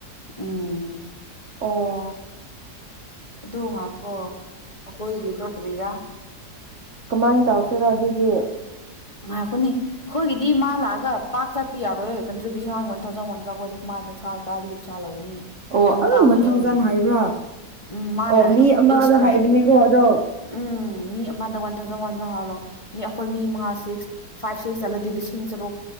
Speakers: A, on the left (about 20°); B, on the right (about 50°).
A: ꯎꯝ
B: ꯑꯣ
A: ꯑꯗꯨꯉ ꯍꯣ ꯑꯩꯈꯣꯏꯕꯤꯗ ꯀ ꯂꯩꯔꯥ
B: ꯀꯃꯥꯏꯅ ꯇꯧꯁꯤꯔꯣ ꯑꯗꯨꯗꯤ
A: ꯑ ꯑꯩꯈꯣꯅꯤ ꯑꯩꯈꯣꯏꯒꯤꯗꯤ ꯃꯥ ꯂꯥꯛꯑꯒ ꯄꯥꯛ ꯆꯠ ꯄꯤꯌꯥꯔꯣꯏ ꯀꯣ ꯨꯕꯤꯁ ꯍꯥꯡꯅꯊꯧꯖꯥꯎꯅꯖꯥꯎꯒꯗꯦ ꯃꯥꯗ ꯊꯥ ꯇꯔꯥꯗꯒꯤ ꯄꯩꯁꯥ ꯂꯧꯒꯅꯤ
B: ꯑꯣ
A: ꯌꯥꯝ
B: ꯑꯥ
A: ꯇꯥꯡꯉꯦ
B: ꯋꯥꯟ ꯊꯥꯎꯖꯟ ꯍꯥꯏꯕ꯭ꯔꯥ
A: ꯎꯝ ꯃꯥꯅ
B: ꯑꯣ ꯃꯤ ꯑꯃꯗ
A: ꯑꯩꯠꯁ ꯄꯥꯔꯁ
B: ꯍꯥꯏꯕꯅꯦꯀꯣ ꯑꯗꯣ
A: ꯎꯝ ꯃꯤ ꯑꯃꯗ ꯋꯥꯟ ꯊꯥꯎꯖꯟ ꯋꯥꯟꯖꯟ ꯍꯥꯜꯂꯣ ꯃꯤ ꯑꯩꯈꯣꯏ ꯃꯤ ꯃꯉꯥ ꯁꯤꯛꯁ ꯐꯥꯏꯚ ꯁꯤꯛꯁ ꯆꯠꯂꯗꯤ ꯂꯤꯁꯤꯡ ꯇꯔꯨꯛ